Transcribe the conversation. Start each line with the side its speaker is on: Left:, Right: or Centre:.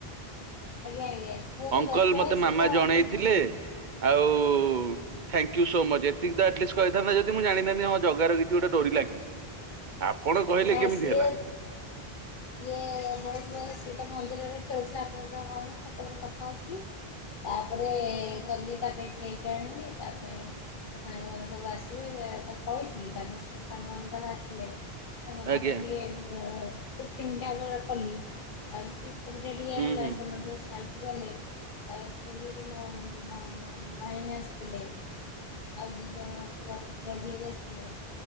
Left: ଆଜ୍ଞା ଆଜ୍ଞା ମୁଁ ତ
Right: ଅଙ୍କଲ୍
Left: ବ୍ୟସ୍ତ
Right: ମୋତେ
Left: ସିଏ
Right: ମାମା
Left: ତ
Right: ଜଣେଇଥିଲେ
Left: ଆମର
Right: ଆଉ ଥାଙ୍କ୍ୟୁ ସୋ ମଚ ଏତିକି ତ ଆଟଲିଷ୍ଟ କହିଥାନ୍ତା ଯଦି ମୁଁ ଜଣିଥାନ୍ତିି ହଁ ଜଗାର କିଛି ଗୋଟେ ଡୋରି ଲାଗିଲା। ଆପଣ କହିଲେ
Left: ନାଇଁ
Right: କେମିତି
Left: ସିଏ
Right: ହେଲା!
Left: ସିଏ ସିଏତ ମନ୍ଦିରରେ ଖେଳୁଥିଲା ଆପଣ ଯେତେବେଳେ କହିଲେ ଛାତ ଉପରେ କଥା ହଉଥିଲି, ତାପରେ ଗଲି ତା ପାଇଁ କେକେ ଆଣିଲି ତା ପାଇଁ ତା ସାଙ୍ଗମାନେ ସବୁ ଆସିବେ, ତାକୁ କହିଥିଲି ତା ସାଙ୍ଗମାନେ ତାର ଆସିଲେ ସେମାନଙ୍କ
Right: ଆଜ୍ଞା
Left: ପାଇଁ ଟିକେ ଅ ଟିଫନ୍ ଟା ଗ କଲି ତାପରେ ପିଠା ଏବେ ରେଡ଼ିହେ
Right: ହୁଁ
Left: ହେଲା
Right: ହୁଁ
Left: ସେମାନେ ସବୁ ଖାଇକି ଗଲେ, ତାପରେ ପୁରୀରୁ ମୋ ଭ ଭାଇନା ଆସିଥିଲେ। ଆଉ ଦି ଜଣ ଛୁଆ ପୁତୁରା, ଝିଆରି ଆସିଥିଲେ।